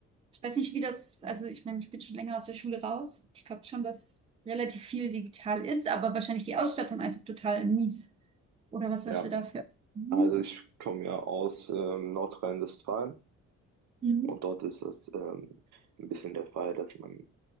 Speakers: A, on the right; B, on the right.
A: Weiß nicht, wie das, also ich meine, ich bin schon länger aus der Schule raus. Ich glaube schon, dass relativ viel digital ist, aber wahrscheinlich die Ausstattung einfach total mies. Oder was hast
B: Ja.
A: du dafür? Mhm.
B: Also ich komme ja aus ähm, Nordrhein-Westfalen
A: Mhm.
B: und dort ist das ähm, ein bisschen der Fall, dass man,